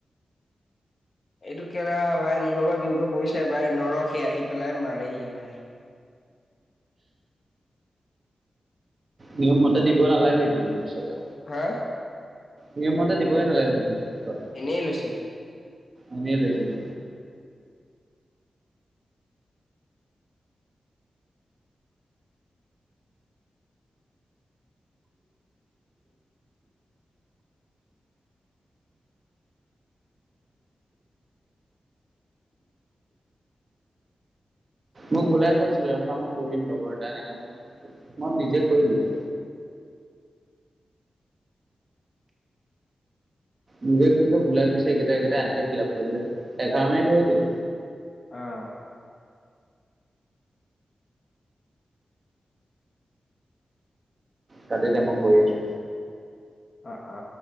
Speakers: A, on the left (about 40°); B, on the right (about 35°).
A: এইটো কেলা ভাই মোৰ লগত যোনটো পৰিছে ভাই, নৰখে আহি পেলাই মাৰেহি ভাই।
B: নিয়ম মতে, দিব নালাগে এইটো আচলতে।
A: হা!
B: নিয়ম মতে দিবইে নালাগে তুমিতো।
A: এনেই লৈছে।
B: এনে লৈছিলি। মোক ভোলাই কৈছিলে ৰখা মই কৰি দিম লগৰ এটা এনেকে মই নিজে কৰি ললোঁ। নিজে খুলো ভোলাই কৈছে একেইটা এইকেটা এনেকে ফিল আপ কৰিলো এঘাৰ মিনিট হৈ গ'ল।
A: অঁ'
B: তাতে এতিয়া মই কৰি আছো।
A: অ অ।